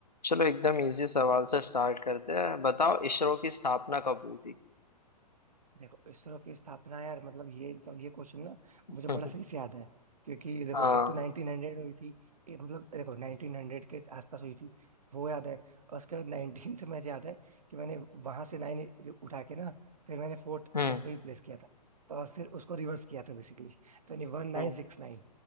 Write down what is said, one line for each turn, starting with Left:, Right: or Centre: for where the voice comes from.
Left: चलो एकदम इजी सवाल से स्टार्ट करते हैं बताओ इसरो की स्थापना कब हुई थी
Right: देखो इसरो की स्थापना यार मतलब ये तो ये क्वेश्चन ना
Left: <laughs>
Right: मुझे बड़ा सही से याद है क्योंकि देखो
Left: हाँ
Right: एक तो 1900 हुई थी एक मतलब देखो 1900 के आसपास हुई थी वो याद है और उसके बाद 19th में मुझे याद है कि मैंने वहां से नाइन उठा के ना फिर मैंने फोर्थ
Left: हम्म
Right: प्लेस पे ही प्लेस किया था तो और फिर उसको रिवर्स किया था बेसिकली तो यानी one
Left: हम्म
Right: nine six nine